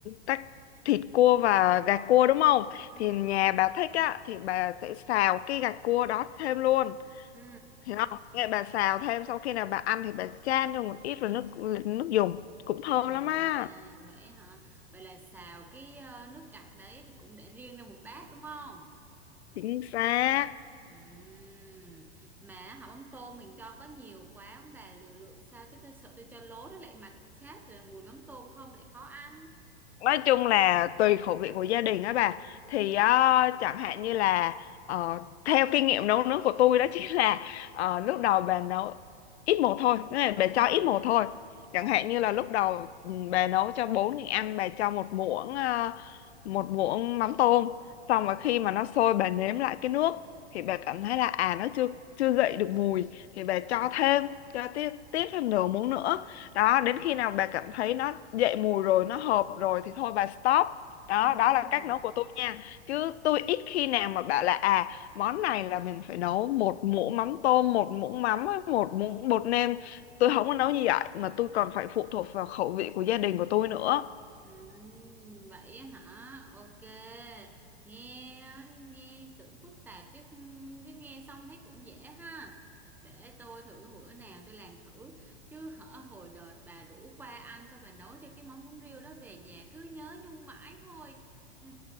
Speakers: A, on the left (about 75°); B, in the centre.
A: tách thịt cua và gạch cua đúng không
B: ừ
A: thì nhà bà thích á thì bà sẽ xào cái gạch cua đó thêm luôn
B: ừ
A: hiểu không Vậy bà xào thêm sau khi nào bà ăn thì bà chan cho một ít vào nước nước dùng cũng thơm
B: À,
A: lắm á
B: vậy hả? Vậy là xào cái ờ, nước cặp đấy thì cũng để riêng ra một bát đúng không?
A: chính xác
B: Ừm, Mà hả mắm tôm mình cho có nhiều quá ông bà liều lượng sao chứ tôi sợ tôi cho lố nó lại mặn chát rồi mùi mắm tôm không lại khó ăn.
A: nói chung là tùy khẩu vị của gia đình á bà thì
B: Ừm,
A: ờ, chẳng hạn như là ờ, theo kinh nghiệm nấu nướng của tôi đó <laughs> chính là ờ, lúc đầu bà nấu ít một thôi nghĩa là bà
B: ừm,
A: cho ít một thôi chẳng hạn như là lúc đầu ừ, bà nấu cho bốn người ăn bà cho một muỗng ờ, một muỗng mắm tôm xong mà khi mà nó sôi bà nếm lại cái nước thì bà cảm thấy là à nó chưa chưa dậy được mùi thì bà
B: ừm,
A: cho thêm cho tiếp tiếp thêm nửa muỗng nữa đó đến khi nào bà cảm thấy nó dậy mùi rồi nó hợp rồi thì thôi bà stop đó
B: ừm.
A: đó là cách nấu của tôi nha chứ tôi ít khi nào mà bảo là à món này là mình phải nấu một muỗng mắm tôm một muỗng mắm với một muỗng bột nêm tôi không có nấu như vậy mà tôi còn phải phụ thuộc vào khẩu vị của gia đình của tôi nữa
B: Ừm, vậy hả? Ok. Nghe nghe tưởng phức tạp chứ chứ nghe xong thấy cũng dễ ha. Để tôi thử bữa nào tôi làm thử. Chứ hở hồi đợt bà rủ qua ăn sao bà nấu cho cái món bún riêu đó về nhà cứ nhớ nhung mãi thôi. <laughs>